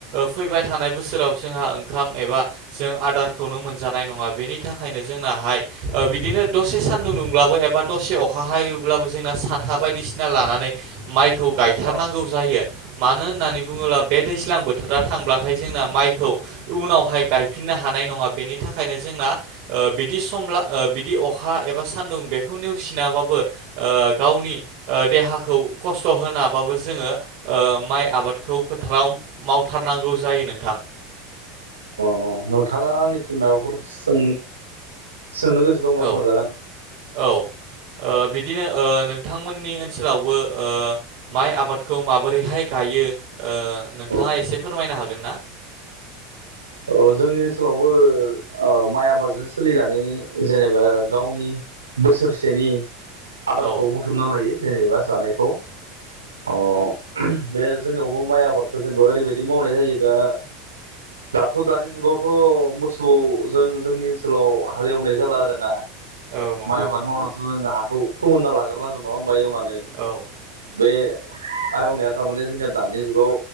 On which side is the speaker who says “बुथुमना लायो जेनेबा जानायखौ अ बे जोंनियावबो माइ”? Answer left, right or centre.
Right